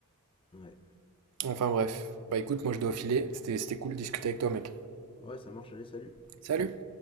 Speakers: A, on the left; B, on the right.
A: Ouais,
B: Enfin, bref. Bah, écoute, moi, je dois filer. C'était, c'était cool de discuter avec toi, mec.
A: ouais, ça marche. Allez, salut.
B: Salut!